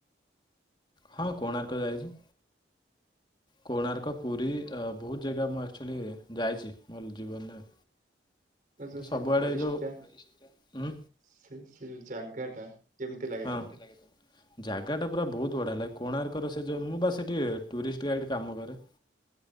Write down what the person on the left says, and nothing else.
ହଁ କୋଣାର୍କ ଯାଇଚି। କୋଣାର୍କ ପୁରୀ ଅ ବହୁତ ଜାଗା ମୁଁ ଆକ୍ଚୁଆଲି ଯାଇଚି ମୋ ଜୀବନରେ।
ତ
ସବୁଆଡ଼େ
ଏ ଯୋଉ
ଉଁ,
ହଁ
କେମିତି ଜାଗାଟା ପୁରା ବହୁତ ବଢ଼ିଆ ଲାଗେ କୋଣାର୍କର ସେ ମୁଁ ବା ସେଇଠି ଟୁରିଷ୍ଟ ଗାଇଡ଼ କାମ କରେ।